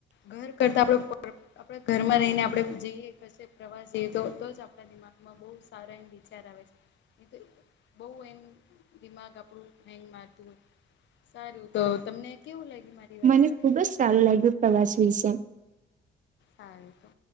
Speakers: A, on the left; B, on the right.
A: ઘર કરતા આપડ આપણા ઘરમાં રહીને આપડણે જઈએ ક પ્રવાસ જઈએ તો તો જ આપ દિમાગમાં બહુ સારા એમ વિચાર આવે છે બહ એમ દિમાગ આપણું હેંગ મારતું સારું તો તમને કેવું લાગ્યું મારી વાત
B: મને
A: સારી
B: ખુબજ
A: લાગી
B: સારું લાગ્યું પ્રવાસ વિશે
A: સ તો